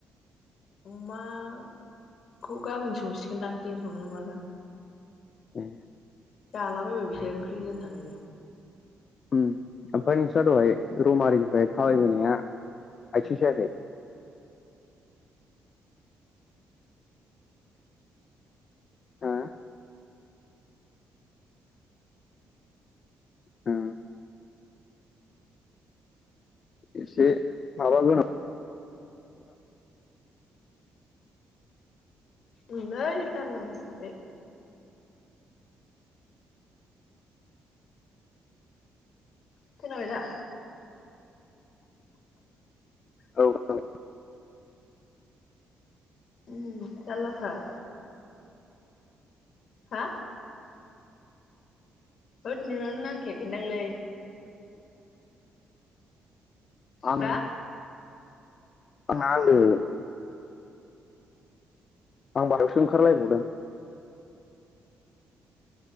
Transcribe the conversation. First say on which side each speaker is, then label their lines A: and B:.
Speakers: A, on the left; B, on the left.
A: अमाखौ गाबोन सौसिगोनदां दिनै संनांलादां
B: ए
A: जालाबाबाय बिसोर ओंख्रि गोजां थानायजों
B: उम ओमफ्राय नोंस्रा दहाय रमारिनिफ्राय थाबायबोनाया आयथिं सायाखै? हा ओ एसे माबागोनां
A: ओंलै जाला जाथारबाय खोनाबाय दा?
B: औ औ
A: उम जाला थार हा होद नोंनानो नांखायाखै दांलै
B: <inaudible> आंना
A: हा
B: नांदो आं बायहेरावसो ओंखारलायबावदों